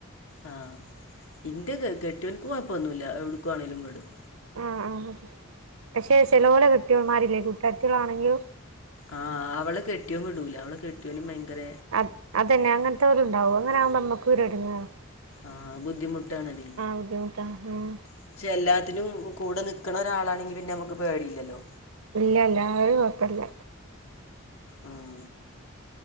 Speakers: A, on the left; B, on the right.
A: ആഹ്, ഇന്റെ കെട്ട്യോനിക്ക് കുഴപ്പ ഒന്നുമില്ല എവിടുക്കുവാണെങ്കിലും വിടും.
B: ആഹ ആഹ്, പക്ഷെ ചേലോലെ കെട്ടിയൊന്മാരില്ലേ, കൂട്ടാരതികൾ ആണെങ്കിലും.
A: ആഹ് അവളെ കെട്ടിയൻ വിടൂല, അവളെ കെട്ടിയോനും ഭയങ്കര.
B: അ അതന്നെ അങ്ങനത്തോൽ ഉണ്ടാവും, അങ്ങനൊവുമ്പോ നമ്മക്കൊരു എടങ്ങേറ്.
A: ആഹ് ബുദ്ധിമുട്ടാണതെ
B: ബുദ്ധിമുട്ടാ ഉം
A: പക്ഷെ എല്ലാത്തിനും കൂടെ നിൽക്കണ ഒരാളാണെങ്കി പിന്നെ നമുക്ക് പേടിയില്ലല്ലോ.
B: ഇല്ലല്ല അത് കുഴപ്പില്ല.
A: ഉം